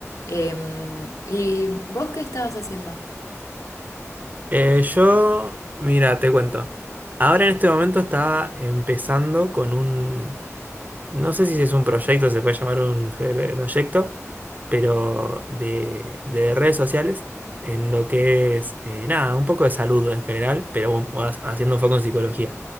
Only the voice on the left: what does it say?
Em, ¿y vos qué estabas haciendo?